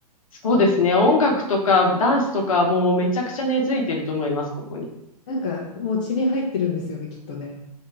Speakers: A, on the left; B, on the left.
A: そうですね。音楽とかダンスとかもうめちゃくちゃ根付いてると思います、ここに。
B: なんかもう血に入ってるんですよね、きっとね。